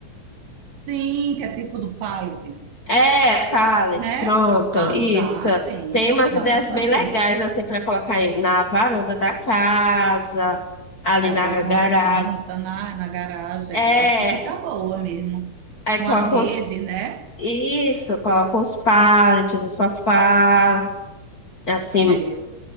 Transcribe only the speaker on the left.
É, pallet,
pronto,
isso.
Tem umas
ideias
bem legais assim para colocar aí na varanda da casa, ali
na
garagem.
É,
aí
coloca
os
Isso, coloca os pallets no sofá, assim.